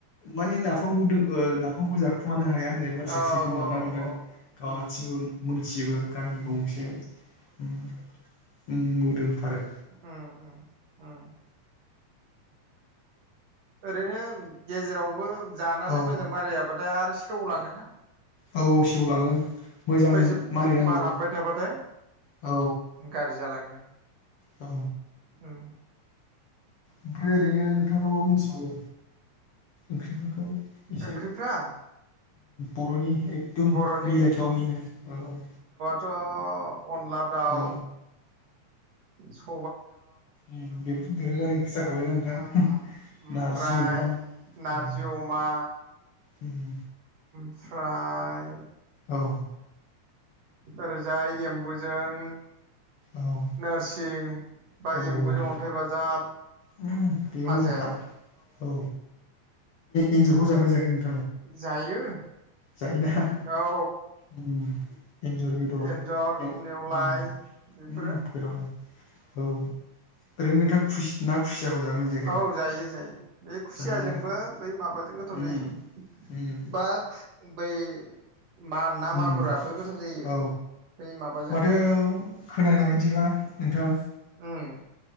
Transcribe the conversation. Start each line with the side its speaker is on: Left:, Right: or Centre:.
Left: माने नाफाम गुदुं ओ नाफामखौ जाखुमानो हाया होननाय बाथ्राया
Right: औ
Left: सैथोमारना
Right: औ
Left: नोंथां
Right: औ
Left: गासिबो
Right: उम उम
Left: मोनथिजोबो
Right: उम
Left: गामि गंसे ओम ओम मोदोमथारो
Right: ओम ओम ओम ओरैनो गेजेरावबो जानानै
Left: औ
Right: मोजां मारियाबाथाय आरो सेवलाङो ना
Left: औ औ सेवलाङो मोजां
Right: बेसे
Left: मारिनांगौ
Right: बार हाबबाय थाबाथाय
Left: औ
Right: गारजि जालाङो
Left: औ
Right: ओम
Left: ओमफ्राय ओरैनो नोंथाङा मा मा मिथिबावो ओंख्रिफोरखौ एसे
Right: ओंख्रिफ्रा
Left: बरनि एकदम
Right: बर'नि
Left: मिलायथाव मिलाय औ
Right: अ अनला दाउ
Left: औ
Right: स
Left: ओम बेफोर देरो आरो जाखाबाय ना नोंथां
Right: ओमफ्राय
Left: नारजि अमा
Right: नारजि
Left: औ
Right: अमा
Left: ओम
Right: ओमफ्राय
Left: औ
Right: ओरैजाय एम्बुजों
Left: औ
Right: नोरसिं बा
Left: औ
Right: एम्बुजों
Left: औ।
Right: अन्थाइ बाजाब
Left: उम बेबो
Right: फाजाया
Left: मोजांथार औ एन्जरखौ जागोना जायाखै नोंथाङालाय
Right: जायो
Left: जायोना
Right: औ
Left: ओम एन्जर बेदर
Right: एन्जर
Left: एव ओम
Right: नेवलाय
Left: ओम
Right: बेफोरो
Left: बेरावहाय औ ओरैनो नोथ खुसि ना खुसियाखौ जागोना जायाखै?
Right: औ जायो जायो बे खुसियाजोंबो
Left: जायोना
Right: बै माबाजों गोथाव
Left: उम
Right: जायो
Left: उम
Right: बा खु बै मा ना
Left: उम
Right: मागुराबो गोथाव जायो
Left: औ
Right: बै माबाजों
Left: माथो खोनानाय बायदिबा नोंथां
Right: ओम